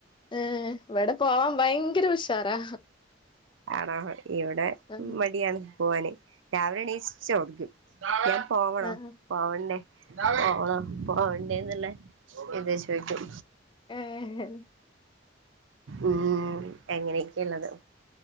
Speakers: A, on the left; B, on the right.
A: ഏഹ് ഇവടെ പോവാം ഭയങ്കരുഷാറാ
B: ആണോ? ഇവടെ
A: ആഹ്
B: മടിയാണ് പോവാനാന് രാവിലെ എണിച്ചു ചോദിക്കും പോവണോ?
A: ആഹ്
B: പോവണ്ടേ? പോണോ പോണ്ടേന്ന്ള്ളെത് ചോദിക്കും
A: ഏഹ്
B: ഉം അങ്ങനെയൊക്കെള്ളത്